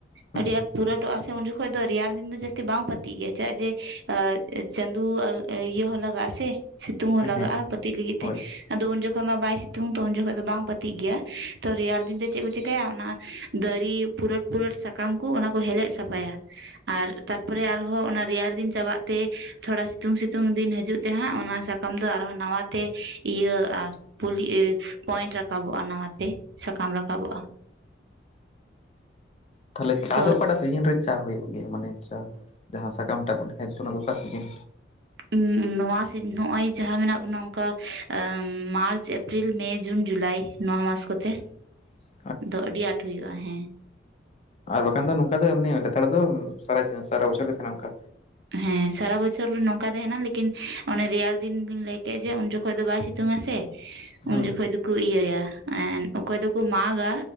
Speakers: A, on the left (about 35°); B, on the right (about 65°).
A: ᱦᱩᱸ
B: ᱟᱹᱰᱤ ᱟᱸᱴ ᱯᱩᱨᱟᱹᱴᱚᱜᱼᱟ ᱩᱱ ᱡᱚᱠᱷᱚᱡ ᱫᱚ ᱨᱮᱭᱟᱲ ᱫᱤᱱ ᱫᱚ ᱡᱟᱹᱥᱛᱤ ᱵᱟᱝ ᱯᱟᱹᱛᱤ ᱜᱮᱭᱟ ᱪᱮᱫᱟᱜ, ᱪᱟᱜ ᱡᱮ ᱮ ᱪᱟᱸᱫᱩ ᱤᱭᱟᱹ ᱦᱚᱸ ᱞᱟᱜᱟᱜᱼᱟ ᱥᱮ᱾ ᱥᱤᱛᱩᱝ ᱦᱚᱸ ᱞᱟᱜᱟᱜᱼᱟ
A: ᱦᱮᱸ
B: ᱯᱟᱹᱛᱤᱜ ᱞᱟᱹᱜᱤᱫ
A: ᱦᱳᱭ
B: ᱛᱮ ᱴ᱾ᱟᱫᱚ ᱩᱱ ᱡᱚ ᱠᱷᱚᱡ ᱢᱟ ᱵᱟᱭ ᱥᱤᱛᱩᱝ ᱫᱚ, ᱩᱱ ᱡᱚᱠᱷᱚᱡ ᱫᱚ ᱵᱟᱝ ᱯᱟᱹᱛᱤᱜ ᱜᱮᱭᱟ, ᱛᱚ ᱨᱮᱭᱟᱲ ᱫᱤᱱ ᱫᱚ ᱪᱮᱫ ᱠᱚ ᱪᱮᱠᱟᱭᱟ ᱚᱱᱟ ᱫᱟᱨᱤ ᱯᱩᱨᱟᱹᱴ ᱯᱩᱨᱟᱹᱴ ᱥᱟᱠᱟᱢ ᱠᱚ ᱚᱱᱟᱠᱚ ᱦᱮᱞᱮᱜ ᱥᱟᱯᱷᱟᱭᱟ᱾ ᱟᱨ ᱛᱟᱨ ᱯᱚᱨᱮ ᱟᱨᱦᱚᱸ ᱚᱱᱟ ᱨᱮᱭᱟᱲ ᱫᱤᱱ ᱪᱟᱵᱟᱜ ᱛᱮ, ᱛᱷᱚᱲᱟ ᱥᱤᱛᱩᱝ ᱥᱤᱛᱩᱝ ᱫᱤᱱ ᱦᱤᱡᱩᱜ ᱛᱮ ᱦᱟᱸᱜ ᱚᱱᱟ ᱥᱟ ᱠᱟᱢᱫᱚ ᱟᱨᱦᱚᱸ ᱱᱟᱣᱟ ᱛᱮ ᱤᱭᱟᱹᱼᱟ᱾ ᱯᱩᱞᱤ ᱮ ᱯᱚᱭᱮᱱᱴ ᱨᱟᱠᱟᱵᱚᱜᱼᱟ ᱱᱟᱣᱟᱛᱮ᱾ ᱥᱟᱠᱟᱢ ᱨᱟᱠᱟᱵᱚᱜᱼᱟ᱾
A: ᱛᱟᱦᱞᱮ ᱪᱟ
B: ᱛᱚ
A: ᱫᱚ ᱚᱠᱟᱴᱟᱜ ᱥᱤᱡᱤᱱ ᱨᱮ ᱪᱟ ᱦᱩᱭᱩᱜ ᱜᱮᱭᱟ ᱢᱟᱱᱮ ᱪᱟ ᱡᱟᱦᱟᱸ ᱥᱟᱠᱟᱢ ᱴᱟ ᱵᱚᱱ ᱦᱮᱡ ᱫᱚ ᱚᱱᱟ ᱫᱚ ᱚᱠᱟ ᱥᱤᱡᱤᱱ?
B: <inaudible> ᱱᱚᱣᱟ ᱥᱤ ᱱᱚᱜᱼᱚᱭ ᱡᱟᱦᱟᱸ ᱢᱮᱱᱟᱜ ᱵᱚᱱᱟ ᱚᱱᱠᱟ ᱢᱟᱨᱪ, ᱮᱯᱨᱤᱞ, ᱢᱮ, ᱡᱩᱱ, ᱡᱩᱞᱟᱭ᱾ ᱱᱚᱣᱟ ᱢᱟᱥ ᱠᱚᱛᱮ᱾
A: <inaudible>
B: ᱫᱚ ᱟᱹᱰᱤ ᱟᱸᱴ ᱦᱩᱭᱩᱜᱼᱟ ᱦᱮᱸ᱾
A: ᱟᱨ ᱵᱟᱠᱷᱟᱱ ᱫᱚ ᱱᱚᱝᱠᱟ ᱫᱚ ᱢᱟᱱᱮ ᱞᱮᱛᱟᱲ ᱫᱚ ᱥᱟᱲᱮ ᱥᱟᱨᱟ ᱵᱚᱪᱷᱚᱨ ᱜᱮ ᱛᱟᱦᱮᱱᱟ ᱚᱝᱠᱟ᱾
B: ᱦᱮᱸ ᱥᱟᱨᱟ ᱵᱚᱪᱷᱚᱨ ᱱᱚᱝᱠᱟ ᱛᱟᱦᱮᱱᱟ ᱞᱮᱠᱤᱱ ᱚᱱᱮ ᱨᱮᱭᱟᱲ ᱫᱤᱱ ᱞᱤᱧ ᱞᱟᱹᱭ ᱠᱮᱫ ᱡᱮ ᱩᱱ ᱡᱚᱠᱷᱚᱡ ᱫᱚ ᱵᱟᱭ ᱥᱤᱛᱩᱝ ᱟ ᱥᱮ᱾
A: ᱦᱩᱸ
B: ᱩᱱ ᱡᱚᱠᱷᱚᱡ ᱫᱚᱠᱚ ᱤᱭᱟᱹᱭᱟ, ᱮᱸᱫᱽ ᱚᱠᱚᱭ ᱫᱚᱠᱚ ᱢᱟᱜ-ᱟ᱾